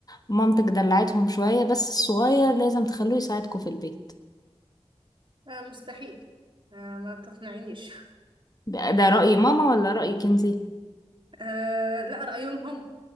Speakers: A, on the left; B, on the right.
A: مامتك دلعتهم شوية بس الصغير لازم تخلوه يساعدكم في البيت
B: آه مستحيل آه ما تقنعينيش
A: ده ده رأي ماما ولا رأيك انتي؟
B: آه لا رأيهم هم